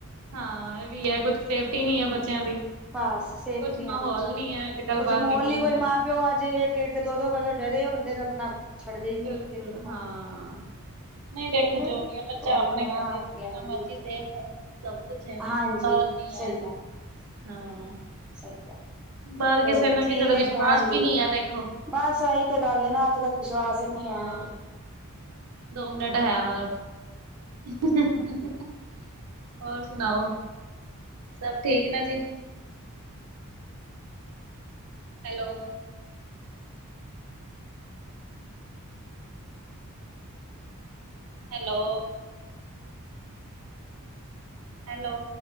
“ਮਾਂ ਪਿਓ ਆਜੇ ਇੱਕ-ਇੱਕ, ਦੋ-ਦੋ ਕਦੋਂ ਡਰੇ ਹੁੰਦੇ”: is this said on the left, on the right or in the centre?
Centre